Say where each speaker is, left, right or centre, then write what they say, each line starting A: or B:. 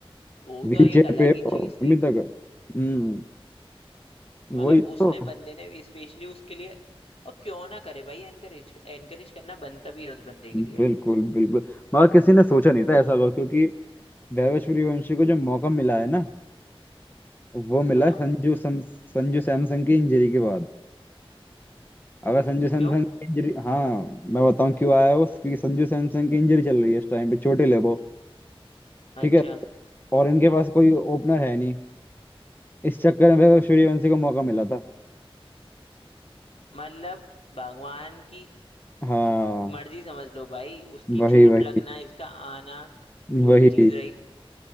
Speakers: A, on the left; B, on the left.
A: वो
B: व्हील
A: तो एक
B: चेयर
A: अलग
B: पे है
A: ही
B: वो
A: चीज थी
B: अभी तक हम्म
A: मतलब
B: वही
A: उसने
B: तो
A: बंदे ने स्पेशली उसके लिए और क्यों ना करे भाई एनकरेज एनकरेज करना बनता भी है उस बंदे
B: बिल्कुल
A: के लिए
B: बिल्कुल मगर किसी ने सोचा नहीं था ऐसा होगा क्योंकि वैभव सूर्यवंशी को जो मौका मिला है ना वो मिला
A: हाँ
B: है संजू सम, संजू सैमसन की इंजरी के बाद अगर संजू सैमसन
A: क्यों
B: की इंजरी हाँ मैं बताऊं क्यों आया वो क्योंकि संजू सैमसन की इंजरी चल रही है इस टाइम पे चोटिल है वो ठीक
A: अच्छा
B: है और इनके पास कोई ओपनर है नहीं इस चक्कर में फिर सूर्यवंशी को मौका मिला था
A: मतलब भगवान की
B: हाँ
A: मर्जी समझ लो भाई उसकी
B: वही
A: चोट
B: वही
A: लगना इसका आना जो
B: वही
A: भी चीज रही